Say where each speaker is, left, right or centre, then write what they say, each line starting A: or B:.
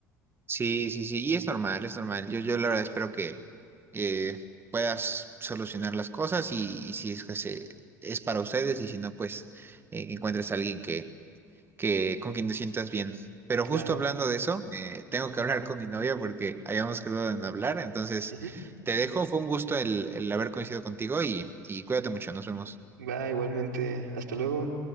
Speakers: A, on the right; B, on the right.
A: Sí, sí, sí, y es normal, es normal. Yo, yo la verdad espero que eh, puedas solucionar las cosas y, y si es que se, es para ustedes y si no, pues eh, que encuentres a alguien que que con quien te sientas bien. Pero
B: Claro.
A: justo hablando de eso, eh, tengo que hablar con mi novia porque habíamos quedado en hablar. Entonces,
B: Ujú.
A: te dejo. Fue un gusto el, el haber coincidido contigo y, y cuídate mucho. Nos vemos.
B: Va, igualmente, hasta luego.